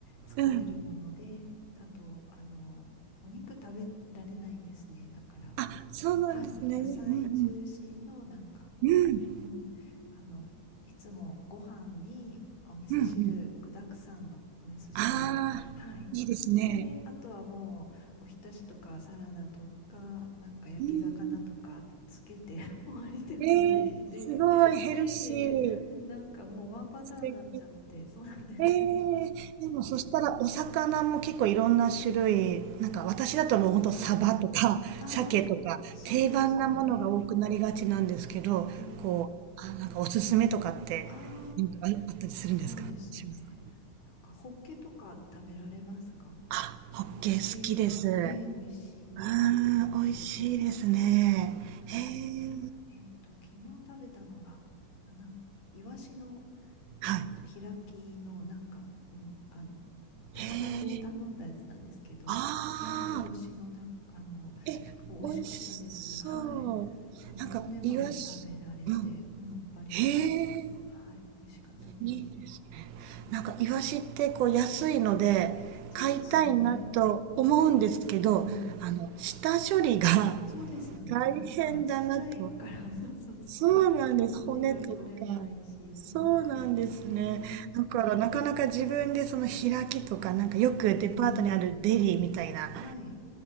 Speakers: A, on the left; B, on the right.
A: 作れるもので、
B: うん。
A: あと、あの、お肉食べられないんですね。だから、
B: あ、そうなんですね。
A: はい、野菜中心のなんか、
B: うんうん。うん、
A: うん、あの、いつもご飯にお味噌汁、
B: うん、うん。
A: 具沢山のお味噌汁、
B: ああ、
A: はい、
B: いいですね。
A: 作って、あとはもう、おひたしとかサラダとか、なんか焼き魚とかつけて
B: うん
A: <laughs> 終わりって感じで、
B: えー、すごいヘルシー。
A: いえいえいえ、なんかもうワンパターンになっちゃって、
B: 素敵。
A: そうなんです。
B: えー、でもそしたらお魚も結構いろんな種類、なんか私だともうほんとサバとか
A: はい。
B: <laughs>
A: ああ、
B: 鮭とか定番なものが多くなりがちなんですけど、
A: そうですね。ええ、ええ。
B: こう、あ、なんかおすすめとかってなんかあったりするんですかしますか
A: ああ、そうですね。なんか、ホッケとか食べられますか
B: あ、ホッケー好きです。
A: ホッケがね、
B: う
A: 美味しいですね。
B: ーん、美味しいですね。
A: あとは、なんだろう。
B: へえ、
A: えっと、昨日食べたのが、あ、なん、イワシの
B: はい。
A: えっと、開きの、なんか、うん、あの、宅配で頼んだやつなんですけど、
B: へえ、ああ、
A: 天日干しのなんか、あの、
B: え、
A: 結構美味しかったです。
B: 美味しそう。
A: はい。あの、
B: なんか、
A: 骨まで食べられて、
B: イワシ、うん。
A: うん、バリバリと。
B: へえ、
A: はい、美味しかったです。
B: いいですね。
A: うん、
B: なんか、イワシってこう安いので、
A: そうですよね。
B: 買いたいなと思うんですけど、
A: うん。
B: あの、下処理が <laughs>
A: そうですよね。
B: 大変だなと
A: なんか、ちっちゃいから <laughs> そうそうそう。
B: そうなんです。
A: 骨が取れないし、
B: 骨とか。
A: そう。
B: そうなんですね。
A: えー、
B: だからなかなか自分でその開きとか、なんかよくデパートにあるデリーみたいな、
A: うん。
B: あの、
A: はい。